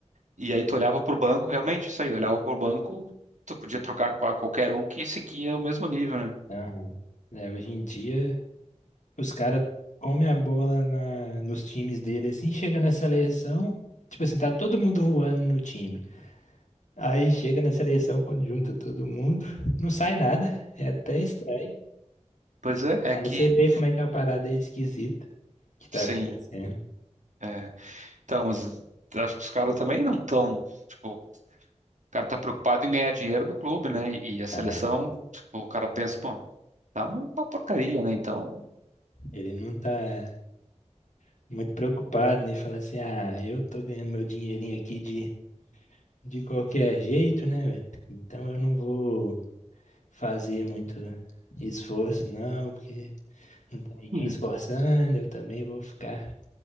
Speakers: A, on the right; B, on the left.
A: E aí tu olhava pro banco, realmente, isso aí, olhava pro banco, tu podia trocar com a- qualquer um que seguia o mesmo nível, né?
B: Aham. É, hoje em dia. Os caras comem a bola na, nos times dele, assim, chega na seleção, tipo assim, tá todo mundo voando no time. Aí chega na seleção, quando junta todo mundo, não sai nada, é até estranho.
A: Pois é, é
B: Aí
A: que
B: você vê como é que é uma parada esquisita que tá
A: sim.
B: acontecendo.
A: é. Então, mas acho que os caras também não estão. Tipo, o cara tá preocupado em ganhar dinheiro no clube, né? E a seleção,
B: Ah,
A: tipo, o cara pensa, pô, tá uma porcaria, né? Então,
B: ele não tá muito preocupado, nem fala assim, ah, eu tô ganhando meu dinheirinho aqui de, de qualquer jeito, né, velho? Então eu não vou fazer muito esforço, não, porque Não tem ninguém
A: hum,
B: esforçando, eu também vou ficar